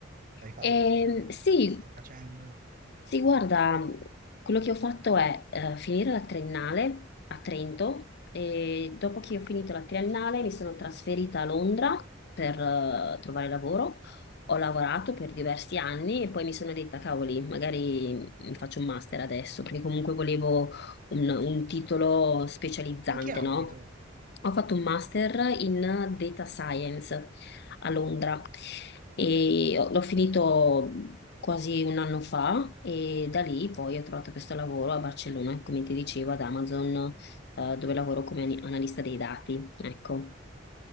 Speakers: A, on the right; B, on the left.
A: L'hai fatto?
B: ehm, sì,
A: Lo stai facendo?
B: sì, guarda, quello che ho fatto è eh, finire la triennale a Trento e dopo che ho finito la triennale mi sono trasferita a Londra per eh, trovare lavoro. Ho lavorato per diversi anni e poi mi sono detta, cavoli, magari mi faccio un master adesso, perché comunque volevo un, un titolo specializzante,
A: In che ambito?
B: no? Ho fatto un master in data science a Londra e ho- l'ho finito quasi un anno fa e da lì poi ho trovato questo lavoro a Barcellona, come ti dicevo, ad Amazon, eh, dove lavoro come ani- analista dei dati, ecco.